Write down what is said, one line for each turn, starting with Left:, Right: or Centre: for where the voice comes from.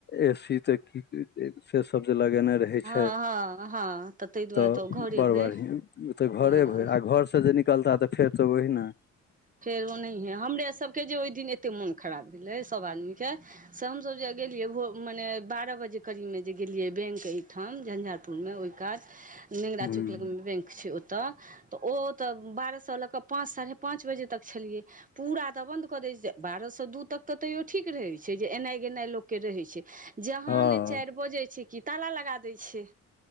Left: एसी ते की से सब जे लगेने रहे रहै
Right: हँ
Left: छथि
Right: हँ हँ तऽ ताहि दुआरे
Left: त
Right: तऽ ओ घरे
Left: बड्ड
Right: भेल
Left: बढियां ओत घरे
Right: हँ
Left: भरि आ घर से जे निकलता तऽ फेर त वहिंना
Right: फेर ओनाहिये हमरे सभके जे ओहि दिन एतेक मोन खराब भेलै सभ आदमीके से हमसभ जे गेलियै भो मने बारह बजे करीबमे जे गेलियै बैंक एहिठाम झंझारपुरमे ओहि कात
Left: <unintelligible>
Right: नेगरा
Left: हँ
Right: चौक लग बैंक छै ओतए तऽ ओतऽ बारह सए लऽ केऽ पांच साढ़े पांच बजे तक छलियै पूरा तऽ बन्द कऽ दै छै बारहसँ दू तकके तैओ ठीक रहै छै जे एनाइ गेनाइ लोककेँ रहै छै जहाँ
Left: हँ
Right: न चारि बजै छै कि ताला लगा दै छै